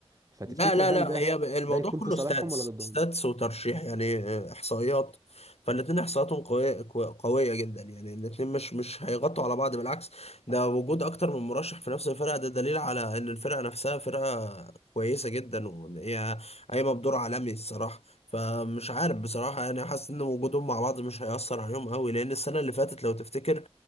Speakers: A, on the right; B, on the left.
A: فتفتكر
B: لا لا لا
A: هل ده
B: هي ب- الموضوع
A: ده يكون
B: كله
A: في صالحهم
B: ستاتس
A: ولا ضدهم
B: ستاتس وترشيح يعني آه، احصائيات فالاتنين احصائياتهم قوية قو- قوية جدا يعني الاتنين مش مش هيغطوا على بعض بالعكس ده وجود اكتر من مرشح في نفس الفرقة ده دليل على ان الفرقة نفسها فرقة كويسة جدا وان هي قايمة بدور عالمي الصراحة فمش عارف بصراحة يعني حاسس ان وجودهم مع بعض مش هيأثر عليهم قوي لان السنة اللي فاتت لو تفتكر